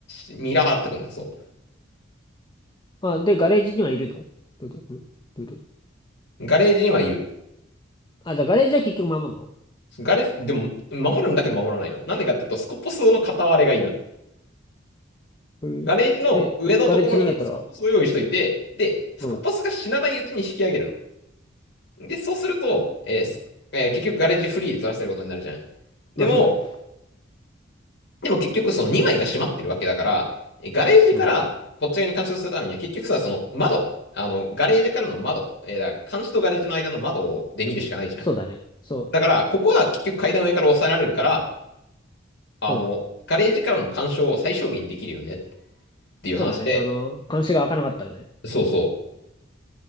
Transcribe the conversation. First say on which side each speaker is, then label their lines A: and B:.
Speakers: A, on the left; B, on the left.
A: ミラー貼っとくんだ。そ
B: あ、で、ガレージにはいるのどういうことんどういうこと
A: う。ガレージにはいる。
B: あ、じゃあガレージは結局守んの
A: ガレージ、でも、守るんだけど守らないの。なんでかっていうと、スコポスの片割れがいる。
B: うん。
A: ガレージの上のところにスコポスを用意しといて、
B: で、ガレージ攻められたら、
A: で、スコポスが死なないうちに引き上げる
B: うん。
A: の。で、そうすると、えーえー結局ガレージフリーで取らせることになるじゃん。でも、
B: まあそうだね。
A: でも結局その2枚が閉まってるわけだから、えガレージからこっち側に監視をするためには結局さ、
B: うん。
A: その窓、あの、ガレージからの窓、えーだから監視とガレージの間の窓で見るしかないじゃん。
B: そうだね。そ
A: だから、ここは結局階段上から抑えられるから、あの、
B: う。うん。
A: ガレージからの干渉を最小限できるよねっていう話で、
B: そうだね。あの、監視が開かなかったらね。
A: そうそ